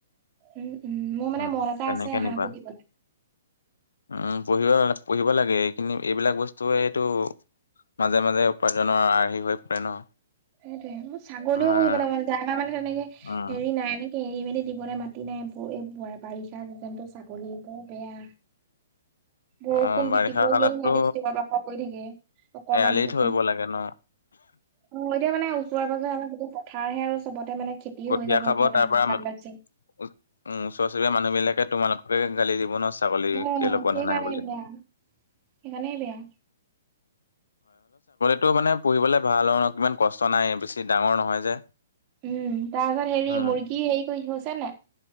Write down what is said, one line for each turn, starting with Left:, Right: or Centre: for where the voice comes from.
Right: উম উম মোৰ মানে
Left: উম
Right: মন এটা
Left: তেনেকে
Right: আছে হাঁহ
Left: নিবা
Right: পুহিবলৈ।
Left: উম পঢ়িব পঢ়িব লাগে এইখিনি এইবিলাক বস্তুৱে এইটো মাজে মাজে উপাৰ্জনৰ আৰ্হি হৈ পৰে ন।
Right: সেইটোৱে মোৰ ছাগলীও
Left: তোমাৰ
Right: বহি পেলাই তাৰ মানে যেনেকে মানে তেনেকে
Left: উম,
Right: হেৰি নাই এ এৰি মেলি দিবলৈ মাতি নাই এই বাৰিষা চিজনটো ছাগলী বৰ বেয়া। বৰষুণ
Left: অ বাৰিষা
Right: তিতিব লৈও
Left: কালততো
Right: সিহঁতে চিঞৰ-বাখৰ কৰি থাকে। অকমান
Left: এৰালি
Right: বষুণ
Left: থৰিব লাগে ন
Right: <unintelligible> এতিয়া মানে ওচৰে পাজৰে আমাৰ পথাৰ হে চবতে মানে। খেতি
Left: কঠিয়া
Right: হৈ যাব
Left: খাব
Right: এতিয়া
Left: তাৰ
Right: ধান
Left: পৰা
Right: চান
Left: উ উম ওচৰ
Right: পাইছে
Left: চুবুৰীয়া মানুহ বিলাকে তোমালোককে গালি দিব নচ- ছাগলী
Right: অ
Left: কেলে বন্ধা
Right: সেইকাৰণে
Left: নাই বুলি।
Right: বেয়া সেইকাৰণেই বেয়া
Left: টো মানে পঢ়িবলে ভাল হ ন কিমান কষ্ট নাই বেছি ডাঙৰ নহয়। যে
Right: উম তাৰ গাত হেৰি
Left: উম,
Right: মুৰ্গী হেৰি কৰি হৈছে নাই।